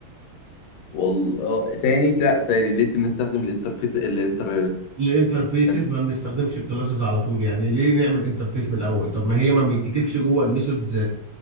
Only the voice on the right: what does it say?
ليه انترفيسز
ما بنستخدمش الكلاسز على طول يعني ليه نعمل انترفيس من الاول طب ما هي ما بيتكتبش جوه الميثودز